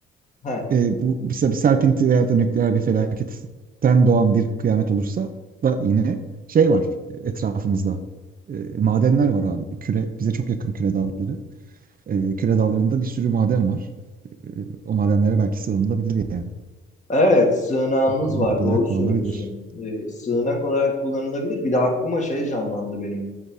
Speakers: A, on the left; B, on the right.
A: Ha.
B: e, bu mesela bir serpinti veya da nükleer bir felaketten doğan bir kıyamet olursa da yine şey var e, etrafımızda. E, madenler var abi. Küre bize çok yakın küre dağları. E, küre dağlarında bir sürü maden var. E, o madenlere belki sığınılabilir yani.
A: Evet sığınağımız
B: Barınak
A: var doğru
B: olarak kullanılabilir.
A: söylüyorsun. Ee, sığınak olarak kullanılabilir. Bir de aklıma şey canlandı benim.